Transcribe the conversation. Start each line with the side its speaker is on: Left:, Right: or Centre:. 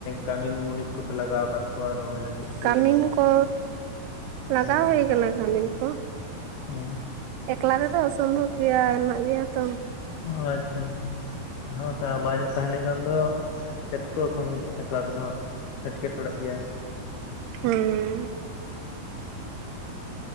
Left: ᱠᱟᱹᱟᱢᱤᱱ ᱢᱩᱱᱤᱥ ᱠᱚᱯᱮ ᱞᱟᱜᱟᱣ ᱟᱠᱟᱫ ᱠᱚᱣᱟ ᱨᱚᱦᱚᱭ ᱞᱟᱹᱜᱤᱫ ᱪᱮᱫ
Right: ᱠᱟᱹᱢᱤᱱ
Left: ᱞᱮᱠᱟ
Right: ᱠᱚ ᱞᱟᱜᱟᱣ
Left: ᱦᱚᱸ
Right: ᱦᱩᱭ ᱠᱟᱱᱟ ᱠᱟᱹᱢᱤᱱ ᱠᱚ᱾
Left: ᱚ
Right: ᱮᱠᱞᱟ ᱛᱮᱫᱚ ᱚᱥᱚᱢᱵᱷᱚᱵ ᱜᱮᱭᱟ, ᱢᱮᱱᱟᱜ ᱜᱮᱭᱟ ᱛᱚ᱾
Left: ᱚ, ᱟᱪᱪᱷᱟᱪ ᱦᱮᱸ᱾ ᱱᱚᱣᱟᱴᱟᱜ ᱵᱟᱭ ᱧᱚᱜ ᱛᱟᱦᱮᱸᱞᱮᱱᱠᱷᱟᱱ ᱫᱚ᱾ ᱪᱮᱫ ᱠᱚ ᱮᱠᱷᱚᱱ ᱮᱠᱞᱟ ᱠᱚᱫᱚ ᱦᱟᱸᱜ ᱮᱴᱠᱮᱴᱚᱬᱮᱜ ᱜᱮᱭᱟ᱾
Right: ᱦᱩᱸ᱾